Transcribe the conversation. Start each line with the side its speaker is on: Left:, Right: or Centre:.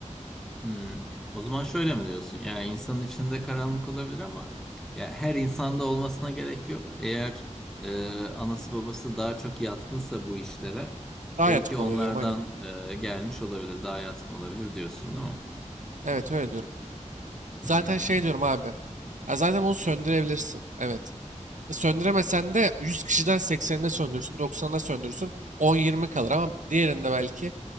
Centre: Hmm. O zaman şöyle mi diyorsun? Yani insanın içinde karanlık olabilir ama ya her insanda olmasına gerek yok. Eğer e, anası babası daha çok yatkınsa bu işlere,
Right: Daha
Centre: belki
Right: yatkın
Centre: onlardan
Right: oluyor diyorum Hmm. aynen.
Centre: e, gelmiş olabilir, daha yatkın olabilir diyorsun, değil mi?
Right: Evet öyle diyorum. Zaten
Centre: Hmm.
Right: şey diyorum abi. Ya zaten bunu söndürebilirsin. Evet. E, Söndüremesen de 100 kişiden 80'inde söndürürsün, 90'da söndürürsün. 10-20 kalır ama diğerinde belki